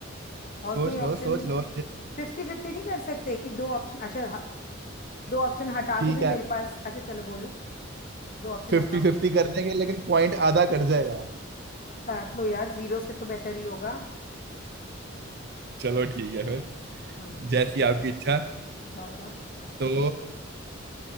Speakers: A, on the left; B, on the right.
A: और
B: सोच
A: कोई ऑप्शन
B: लो सोच
A: नहीं है
B: लो
A: फिफ्टी फिफ्टी नहीं कर सकते कि दो ऑप्शन अच्छा ह- दो ऑप्शन हटा
B: ठीक
A: के भी
B: है
A: मेरे पास अच्छा चलो बोलो दो ऑप्शन
B: फिफ्टी
A: हटाओ
B: फिफ्टी कर देंगे लेकिन पॉइंट आधा कट जाएगा
A: काट लो यार जीरो से तो बेटर ही होगा
B: चलो ठीक है फिर
A: हम्म
B: जैसी आपकी इच्छा
A: बताओ बताओ
B: तो